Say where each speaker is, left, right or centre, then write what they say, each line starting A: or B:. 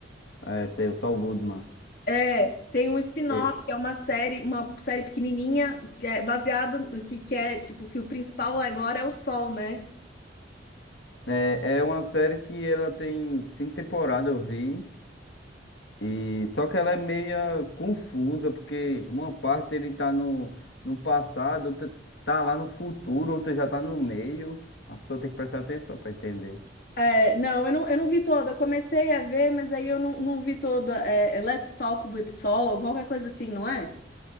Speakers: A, on the left (about 75°); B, on the left (about 55°).
A: É, sei, o Saul Goodman.
B: É, tem um spin-off,
A: E-
B: que é uma série, uma série pequenininha, que é baseada no que, que é, tipo, que o principal agora é o Sol, né?
A: É, é uma série que ela tem cinco temporadas, eu vi. E só que ela é meia confusa, porque uma parte ele tá no, no passado, outra tá lá no futuro, outra já tá no meio. A pessoa tem que prestar atenção pra entender.
B: É, não, eu não, eu não vi toda. Eu comecei a ver, mas aí eu não, não vi toda. É, é Let's Talk with Sol, ou qualquer coisa assim, não é?